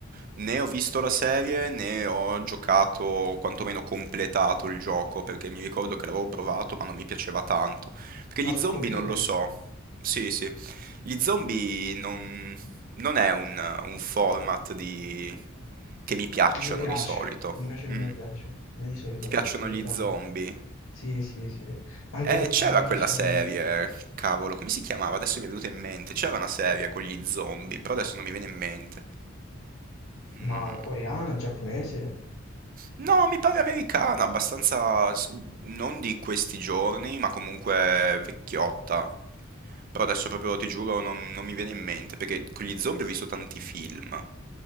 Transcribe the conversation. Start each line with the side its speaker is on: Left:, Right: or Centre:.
Right: né ho visto la serie né ho giocato, o quantomeno completato il gioco, perché mi ricordo che l'avevo provato ma non mi piaceva tanto. Perché
Left: ma
Right: gli
Left: sul
Right: zombie
Left: computer.
Right: non lo
Left: Non
Right: so. Sì, sì. Gli zombie non, non è un, un format di- che mi piacciono
Left: mi piace,
Right: di solito.
Left: invece non
Right: Mm.
Left: mi piace, a me di solito
Right: Ti piacciono
Left: piace più
Right: gli
Left: tanto.
Right: zombie?
Left: Sì, sì, sì. Anche
Right: Eh,
Left: Z
Right: c'era
Left: Nation,
Right: quella serie, cavolo, come si chiamava? Adesso mi è venuta in mente. C'era una serie con gli zombie, però adesso non mi viene in mente. Mm.
Left: ma coreana, giapponese.
Right: No, mi pare americana, abbastanza s- non di questi giorni, ma comunque vecchiotta. Però adesso proprio ti giuro non, non mi viene in mente, perché con gli zombie ho visto tanti film.